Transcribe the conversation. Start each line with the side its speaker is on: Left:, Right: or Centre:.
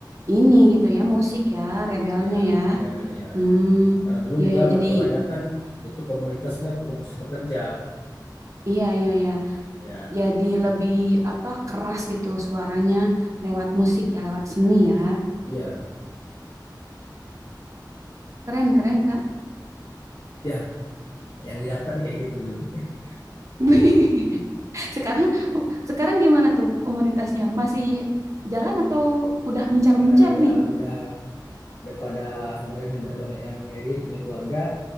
Right: ini gitu ya, musik ya, rebelnya
Left: ya,
Right: ya.
Left: rebelnya ya.
Right: Hmm,
Left: Karena dulu
Right: iya
Left: juga
Right: ya, jadi
Left: kebanyakan itu komunitasnya komunitas pekerja
Right: iya iya ya,
Left: ya
Right: jadi lebih apa keras gitu suaranya lewat musik ya, lewat seni ya.
Left: Iya,
Right: Keren keren Kak.
Left: ya, yang didapatnya kayak gitu dulu. <laughs>
Right: <laughs> Sekarang sekarang gimana tuh komunitasnya? Masih jalan atau udah mencar-mencar
Left: Karena udah
Right: nih?
Left: udah udah pada ibaratnya udah banyak yang married, punya keluarga,